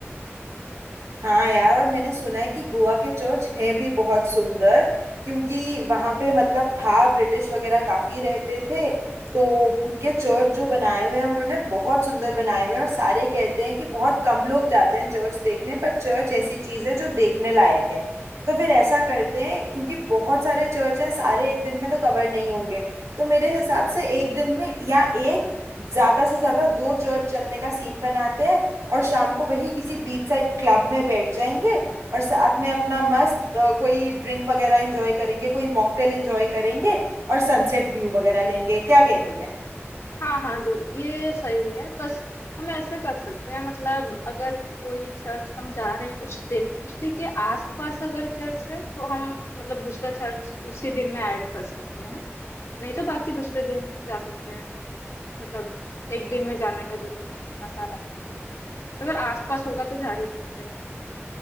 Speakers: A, on the right (about 80°); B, on the left (about 65°).
A: हाँ यार और मैंने सुना है कि गोवा के चर्च हैं भी बहुत सुंदर क्योंकि वहां पे मतलब था ब्रिटिश वगैरह काफी रहते थे तो उनके चर्च जो बनाए हुए हैं उन्होंने बहुत सुंदर बनाए हुए हैं और सारे कहते हैं कि बहुत कम लोग जाते हैं चर्च देखने पर चर्च ऐसी चीज है जो देखने लायक है तो फिर ऐसा करते हैं क्योंकि बहुत सारे चर्च हैं सारे एक दिन में तो कवर नहीं होंगे तो मेरे हिसाब से एक दिन में या एक ज्यादा से ज्यादा दो चर्च चलने का सीन बनाते हैं और शाम को वही किसी बीच साइड क्लब में बैठ जाएंगे और साथ में अपना मस्त अ, कोई ड्रिंक वगैरह एंजॉय करेंगे कोई मॉकटेल एंजॉय करेंगे और सनसेट व्यू वगैरह लेंगे क्या कहती है
B: हाँ हाँ जरूर ये सही है बस हम ऐसे कर सकते हैं मतलब अगर कोई चर्च हम जा रहे हैं उस दिन उसी के आसपास अगर चर्च है तो हम मतलब दूसरा चर्च उसी दिन में ऐड कर सकते हैं नहीं तो बाकी दूसरे दिन जा सकते हैं मतलब एक दिन में जाने का जरूरत नहीं इतना सारा अगर आसपास होगा तो जा ही सकते हैं